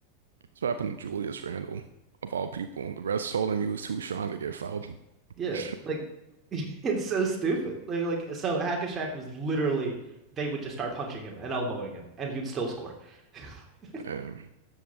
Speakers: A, on the right; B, on the right.
A: That's what happened to Julius Randle, of all people. The rest told him he was too strong to get fouled. <laughs>
B: Yeah, like <laughs> it's so stupid. Like, like so Hackashack was literally they would just start punching him and elbowing him and he would still score. <laughs>
A: Damn.